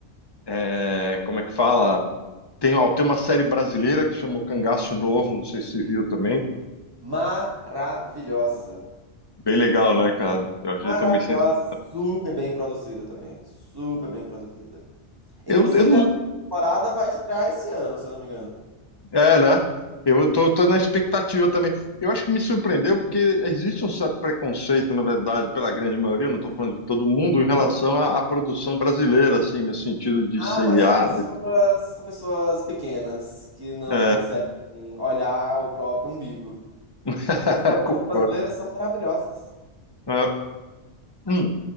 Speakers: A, on the left; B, on the right.
A: é, como é que fala? Tem, ó, tem uma série brasileira que chama O Cangaço Novo, não sei se você viu também.
B: Maravilhosa.
A: Bem legal, né, cara? Eu achei
B: Maravilhosa.
A: também sensacional.
B: Super bem produzida também. Super bem produzida. Inclusive,
A: Eu, eu não...
B: a temporada vai estrear esse ano, se eu não me engano.
A: É, né? Eu tô, tô na expectativa também. Eu acho que me surpreendeu porque existe um certo preconceito, na verdade, pela grande maioria, não estou falando de todo mundo, em relação à, à produção brasileira, assim, no sentido de
B: Ah,
A: seriado.
B: mas são pessoas, são pessoas pequenas que não
A: É,
B: conseguem olhar o próprio umbigo.
A: <laughs>
B: Porque as produções
A: concordo.
B: brasileiras são maravilhosas.
A: É, hum,